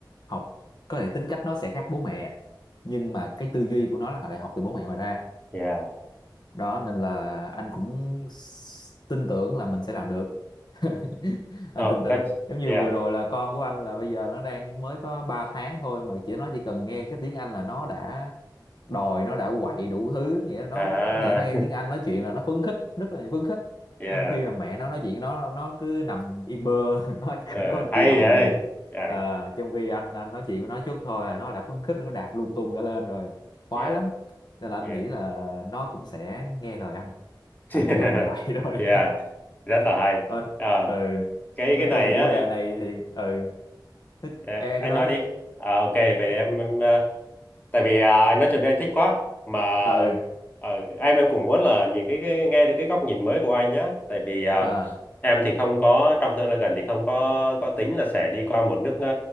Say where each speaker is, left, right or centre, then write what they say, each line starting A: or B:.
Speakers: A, on the left; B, on the left.
A: học có thể tính cách nó sẽ khác bố mẹ nhưng mà cái tư duy của nó là lại học từ bố mẹ mà ra
B: yeah.
A: đó nên là anh cũng s- tin tưởng là mình sẽ làm được <laughs> anh
B: Oh,
A: tin tưởng
B: that's
A: giống như
B: yeah.
A: vừa rồi là con của anh là bây giờ nó đang mới có 3 tháng thôi mà chỉ nó chỉ cần nghe cái tiếng Anh là nó đã đòi nó đã quậy đủ thứ nghĩa là nó
B: À
A: nghĩa là nghe tiếng Anh nói chuyện là nó phấn khích rất là phấn khích
B: yeah
A: trong khi là mẹ nó nói chuyện nó nó cứ nằm im bơ <laughs> nó chẳng
B: Ờ,
A: có
B: hay
A: cử động
B: vậy
A: gì
B: yeah
A: à, trong khi anh anh nói chuyện với nó chút thôi là nó đã phấn khích nó đạp lung tung cả lên rồi khoái
B: yeah
A: lắm nên là anh
B: yeah
A: nghĩ là nó cũng sẽ nghe lời anh
B: <laughs>
A: anh hy vọng là vậy <laughs> rồi
B: yeah rất là hay
A: ờ,
B: Ờ,
A: ừ
B: cái
A: nói
B: cái này
A: chung là
B: á
A: chủ
B: em
A: đề này thì ừ nói-
B: dạ,
A: em em
B: anh
A: cứ nói
B: nói
A: đi
B: đi à, ok vậy
A: Nói-
B: em, em ờ, tại vì à, nói chung là anh thích quá mà
A: ừ
B: ờ, em em cũng muốn là nhìn cái, cái nghe được cái góc nhìn mới của anh nhá tại vì à,
A: à
B: em thì không có trong tương lai gần thì không có có tính là sẽ đi qua một nước ờ,